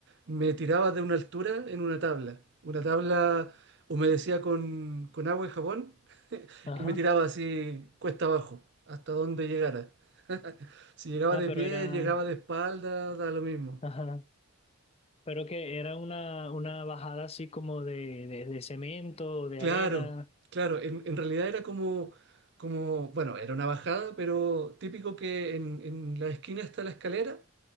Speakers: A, on the right; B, on the left.
A: me tiraba de una altura en una tabla. Una tabla humedecía con, con agua y jabón
B: Ajá.
A: y me tiraba así cuesta abajo, hasta donde llegara. Si llegaba
B: Ah,
A: de
B: pero
A: pie,
B: era.
A: llegaba de espalda, da lo mismo.
B: Ajá. Pero que era una, una bajada así como de, de, de cemento, de
A: Claro,
B: arena.
A: claro. En, en realidad era como, como, bueno, era una bajada, pero típico que en, en la esquina está la escalera